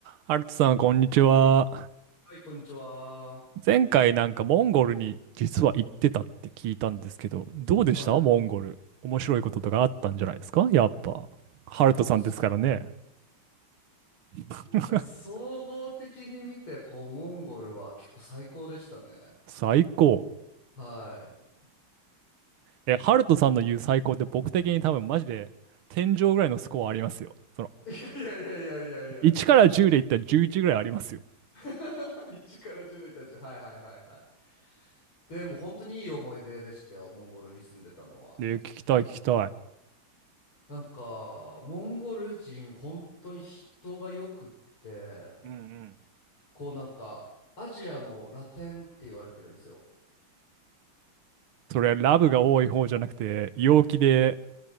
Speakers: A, on the right; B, on the left.
A: アルツさん、こんにちは。
B: はい、こんにちは。
A: 前回なんかモンゴルに実は行ってたって聞いたんですけど、どうでしたモンゴル。
B: はい。
A: 面白いこととかあったんじゃないですかやっぱ。ハルトさんですからね。
B: いや、もうす、い
A: <laughs>
B: や総合的に見て、こう、モンゴルは結構最高でしたね。
A: 最高。
B: は
A: え、ハルトさんの言う最高って僕的に多分マジで天井ぐらいのスコアありますよ。その、
B: い。いやいやいやいやいやいや。
A: 1から10で言ったら11ぐらいありますよ。
B: <laughs> 1から10代たち。はいはいはいはい。でも本当にいい思い出でしたよ、モンゴルに住んでたのは。
A: で、聞きたい聞きたい。
B: なんか、モンゴル人、本当に人がよくって、
A: うんうん。
B: こうなんか、アジアのラテンって言われてるんですよ。
A: それはラブが多い方じゃなくて、陽気で、